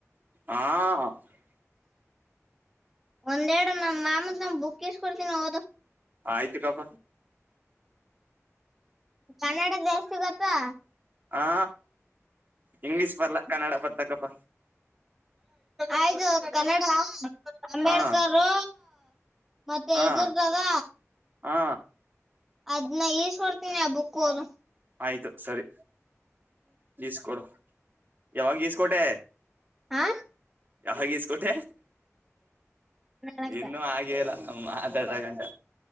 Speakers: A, on the right (about 40°); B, in the centre.
A: ಹಾ
B: ಒಂದೆರ ನಮ್ಮ ಮಾಮತ್ ನ ಬುಕ್ಸ್ ಕೊಡ್ತೀನ ಹೋದು
A: ಆಯ್ತು ಕಪ
B: ಕನ್ನಡ ಜಾಸ್ತಿ ಗೊತ್ತವಾ
A: ಹಾ ಇಂಗ್ಲಿೀಷ್ ಬರ್ಲಾ ಕನ್ನಡ ಬರ್ತಕ್ಕಪ್ಪ
B: ಆಯದುು ಕನ್ನಡ ಅಂಬೇಡ್ಕರು
A: ಹಾ
B: ಮತ್ತೆ
A: ಹಾ
B: ಇದದುರ್ದದ
A: ಹಾ
B: ಅದ್ನ್ನ ಈಷ್ಟ ಕೊಡ್ತೀನಿ ಆ ಬುಕ್ಕ ಹೋ ದೊ
A: ಆಯ್ತು ಸರಿ ಗಸ್ಕೊಡು ಯಾವಾಗೀಸ್ಕೋಟೆ
B: ಹಾ
A: ಯಾವಾಗ ಈಸ್ಕೋಟೆ
B: ನಕ
A: ಇನ್ನುೂ ಹಾಗೆ ಇಲ್ಲ ಮಾತಾಡ್ಕಂತ